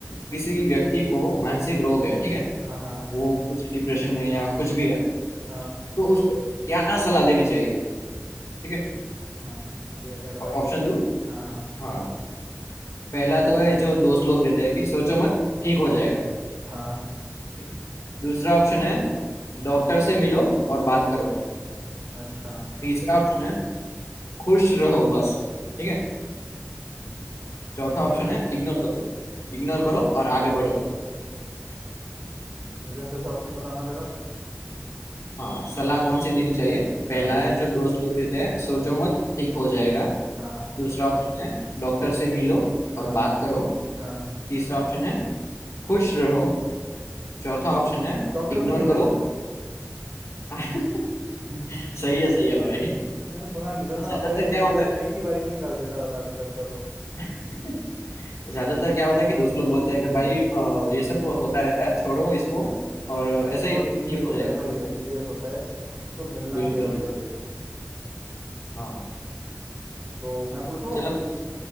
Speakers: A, on the left (about 80°); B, on the right (about 55°).
A: किसी व्यक्ति को मानसिक रोग है ठीक है
B: हाँ हाँ
A: वो कुछ डिप्रेशन में या कुछ भी है
B: हाँ
A: तो उसको क्या सलाह देनी चाहिए ठीक है
B: हाँ ये एडवाइस
A: ऑप्शन दो
B: हाँ हाँ
A: हाँ पहला तो है जो दोस्त लोग देते हैं कि सोचो मत ठीक हो जाएगा
B: हाँ
A: ठीक है दूसरा ऑप्शन है डॉक्टर से मिलो और बात करो
B: अच्छा
A: तीसरा ऑप्शन है खुश रहो बस ठीक है चौथा
B: अच्छा
A: ऑप्शन है इग्नोर कर दो इग्नोर करो और आगे बढ़ो
B: हम्म, एक बार फिर से ऑप्शन बताना जरा
A: हाँ सलाह कौन सी देनी चाहिए पहला
B: हाँ
A: है जो दोस्त लोग देते हैं सोचो मत ठीक हो जाएगा
B: हाँ
A: दूसरा ऑप्शन है डॉक्टर से मिलो
B: हाँ
A: और बात करो
B: हाँ
A: तीसरा ऑप्शन है खुश रहो चौथा ऑप्शन है
B: डॉक्टर
A: इग्नोर
B: से मिलो
A: करो <laughs>
B: <laughs>
A: सही है सही है भाई
B: मैंने सुना नहीं था ना
A: ज्यादातर
B: मुझे
A: क्या
B: एक ही
A: होता
B: बार एक
A: है
B: ही बारी में निकाल देता बता देता इसका तो
A: <laughs> ज्यादातर क्या होता है कि दोस्त लोग बोलते हैं कि भाई अ, ये सब होता रहता है छोड़ो इसको
B: नहीं
A: और
B: भाई
A: ऐसे
B: बहुत
A: ही ठीक
B: सीरियस होता
A: हो जाएगा
B: है भाई ये सीरियस होता है इसको मिलना
A: बिल्कुल
B: चाहिए डॉक्टर
A: बिल्कुल
B: से
A: हाँ
B: तो मैं पूछूं
A: चलो
B: अब
A: पूछ-